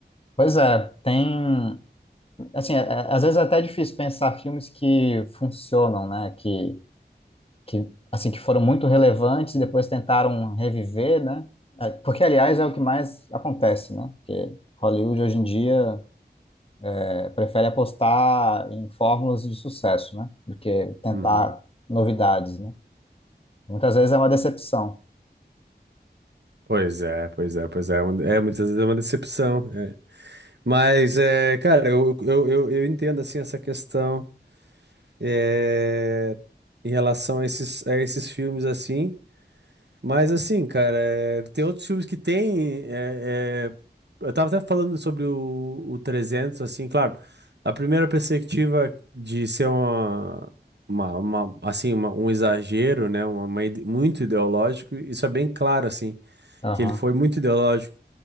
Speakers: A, on the left; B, on the right.
A: Pois é, tem. Assim, é- é- às vezes é até difícil pensar filmes que funcionam, né? Que, que, assim, que foram muito relevantes e depois tentaram reviver, né? É, Porque, aliás, é o que mais acontece, né? Porque Hollywood hoje em dia é, prefere apostar em fórmulas de sucesso, né? Do que tentar
B: Uhum.
A: novidades, né? Muitas vezes é uma decepção.
B: Pois é, pois é, pois é. é Uma- É, muitas vezes é uma decepção. é. Mas, é, cara, eu, eu, eu, eu entendo, assim, essa questão é, em relação a esses, a esses filmes, assim. Mas, assim, cara, é, tem outros filmes que tem... é, é, eu tava até falando sobre o, o 300, assim, claro. A primeira perspectiva de ser uma... Uma, uma- assim, uma- um exagero, né? Uma, uma ide- muito ideológico, isso é bem claro, assim
A: Aham,
B: que ele foi muito ideológico,